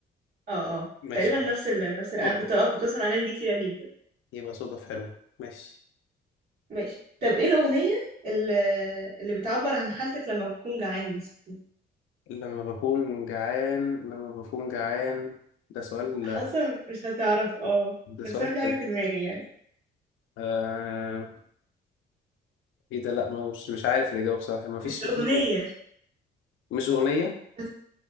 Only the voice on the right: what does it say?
اه اه
تقريبا
نفس ال... نفس ال... انا
كنت اه كنت بسمع الاغاني دي كتير جدا
ماشي طب ايه الاغنية اللي, اللي بتعبر عن حالتك لما بتكون جعان مثلا
حاسة مش هتعرف اه
بس
انا في حاجة
في دماغي يعني
مش
أغنية
بس